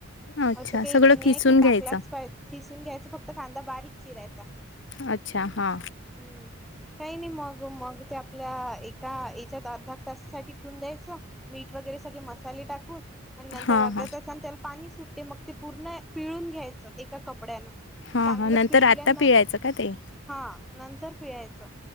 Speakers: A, on the left; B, in the centre.
A: अच्छा
B: असं काही
A: सगळं
B: हे नाही
A: खिसून
B: की
A: घ्यायचं
B: टाकलाच पाहिजे की घ्यायचा फक्त खांदा बारीक चिरायचा
A: अच्छा हा
B: हम्म काही नाही मग मग ते आपल्या एका याच्यात अर्ध तासासाठी ठेवून द्यायचं मीठ वगैरे सगळे मसाले टाकून आणि नंतर
A: हा
B: अर्ध्या
A: हा
B: तसा त्याला पाणी सुटते मग ते पूर्ण पिळून घ्यायचं एका कपड्यानं
A: हा
B: चांगलं
A: हा नंतर
B: पिळल्यानंत
A: आता पिळायचं का ते
B: हा नंतर पियचं